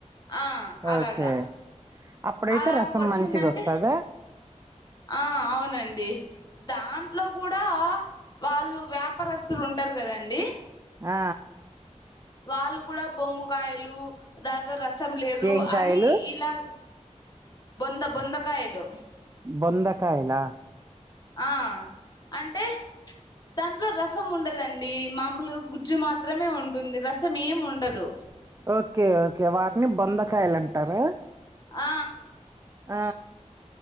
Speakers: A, on the left; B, on the right.
A: ఆ అలాగా
B: ఒకే అప్పుడైతే
A: అలాగ
B: రసం
A: వచ్చిందంటే
B: మంచిగా ఒస్తదా
A: ఆ అవునండి దాంట్లో కూడా వాళ్ళు వ్యాపారస్తులు ఉంటారు కదండి
B: ఆ
A: వాళ్ళు కూడా బొంగుకాయలు దాంట్లో రసం లేదు
B: ఏం కాయలు
A: అని ఇలా బొంద బొందకాయలు
B: బొంద కాయల.
A: ఆ అంటే. దాంట్లో రసం ఉండదండి. మామూలుగా గుజ్జు మాత్రమే ఉంటుంది. రసం ఏమ్ ఉండదు.
B: ఓకే ఓకే వాటిని బొందకాయలు అంటారా.
A: ఆ
B: ఆ